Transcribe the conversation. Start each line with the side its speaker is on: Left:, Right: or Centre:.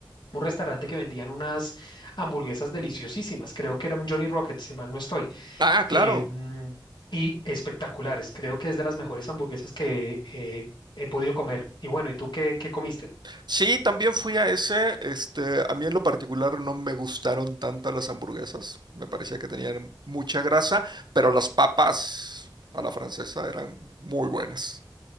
Left: un restaurante que vendían unas hamburguesas deliciosísimas, creo que era un Johnny Rocket, si mal no estoy.
Right: Ah, claro.
Left: eh, mm, y espectaculares, creo que es de las mejores hamburguesas que eh, he podido comer. Y bueno, ¿y tú qué, qué comiste?
Right: Sí, también fui a ese. Este, a mí en lo particular no me gustaron tanto las hamburguesas. Me parecía que tenían mucha grasa, pero las papas a la francesa eran muy buenas.